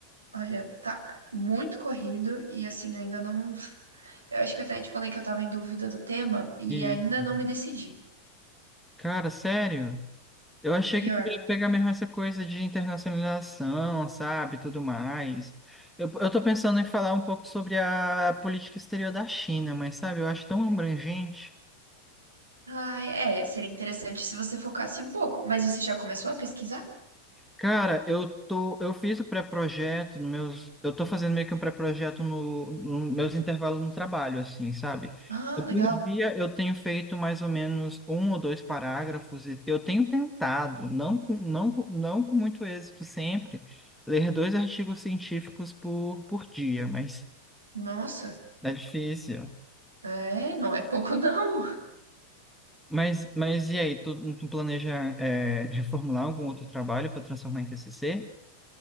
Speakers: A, on the right; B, in the centre.
A: Olha, tá muito corrido e assim, eu ainda não. Eu acho que eu até te falei que eu tava em dúvida do tema e
B: Isso.
A: ainda não me decidi.
B: Cara, sério? Eu achei
A: Pior.
B: que tu ia pegar mesmo essa coisa de internacionalização, sabe, tudo mais. Eu, eu tô pensando em falar um pouco sobre a política exterior da China, mas sabe, eu acho tão abrangente.
A: Ai, é, seria interessante se você focasse um pouco. Mas você já começou a pesquisar?
B: Cara, eu tô, eu fiz o pré-projeto no meus, eu tô fazendo meio que um pré-projeto no, no meus intervalos no trabalho, assim, sabe?
A: Ah,
B: Eu,
A: legal.
B: Por dia eu tenho feito mais ou menos um ou dois parágrafos e eu tenho tentado, não com, não, com- não com muito êxito sempre, ler dois artigos científicos por, por dia, mas
A: Nossa,
B: é difícil.
A: é, não é pouco <laughs> não.
B: Mas, mas e aí, tu, tu planeja é, reformular algum outro trabalho para transformar em TCC?